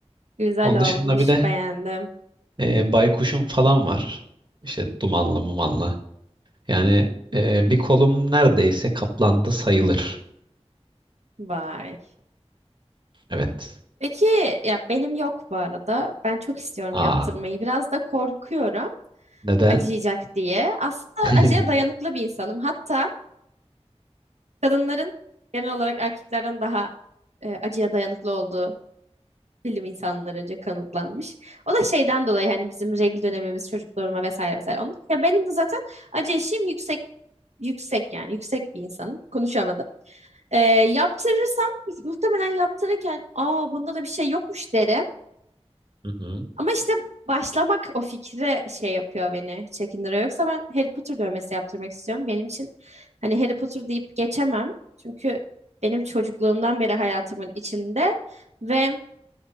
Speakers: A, on the right; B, on the right.
A: Güzel
B: Onun dışında
A: olmuş.
B: bir de
A: Beğendim.
B: e, baykuşum falan var. İşte dumanlı mumanlı. Yani
A: Hmm,
B: e, bir kolum neredeyse kaplandı sayılır.
A: vay.
B: Evet.
A: Peki ya benim yok bu arada. Ben çok istiyorum
B: Aa,
A: yaptırmayı. Biraz da korkuyorum
B: neden?
A: acıyacak diye. Aslında
B: <laughs>
A: acıya dayanıklı bir insanım. Hatta kadınların genel olarak erkeklerden daha e, acıya dayanıklı olduğu bilim insanlarınca kanıtlanmış. O da şeyden dolayı hani bizim regl dönemimiz, çocukluğuma vesaire vesaire. Onun, ya benim de zaten acı eşiğim yüksek yüksek yani yüksek bir insanım. Konuşamadım. E, yaptırırsam muhtemelen yaptırırken aa bunda da bir şey yokmuş derim.
B: Hı hı.
A: Ama işte başlamak o fikre şey yapıyor beni çekindiriyor. Yoksa ben Harry Potter dövmesi yaptırmak istiyorum. Benim için hani Harry Potter deyip geçemem. Çünkü benim çocukluğumdan beri hayatımın içinde ve